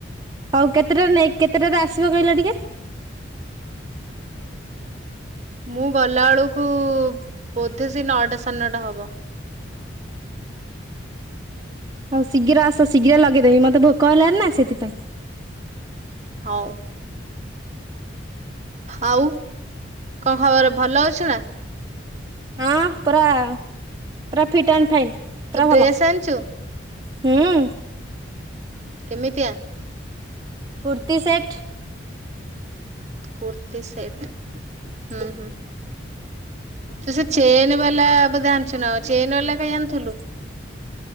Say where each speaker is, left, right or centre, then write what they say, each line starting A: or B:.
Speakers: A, on the right; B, on the right.
A: ହଉ କେତେଟାରେ ନେଇ କେତେଟାରେ ଆସିବ କହିଲ ଟିକେ?
B: ମୁଁ ଗଲା ବେଳକୁ ବୋଧେ ସେଇ ନଅଟା ସାନଟା ହବ।
A: ହଉ ଶୀଘ୍ର ଆସ ଶୀଘ୍ର ଲଗେଇଦେବି ମତେ ଭୋକ୍ କଲାର ନା ସେଥିପାଇଁ
B: ହଉ ଆଉ କଣ ଖବର ଭଲ ଅଛୁ ନା?
A: ହଁ ପରା ପୁରା ଫିଟ୍ ଆଣ୍ଡ ଫାଇନ୍। ପୁରା
B: ତୁ
A: ଭଲ
B: ଡ୍ରେସ ଆଣଚୁ?
A: ହୁଁ
B: କେମିତିଆ?
A: କୁର୍ତ୍ତି ସେଟ୍।
B: କୁର୍ତ୍ତି ସେଟ ହୁଁ ହୁଁ ତୁ ସେ ଚେନ ବାଲା ବୋଧେ ଆଣିଛୁ ନା ଚେନ ବାଲା କାଇଁ ଆଣୁଥୁଲୁ।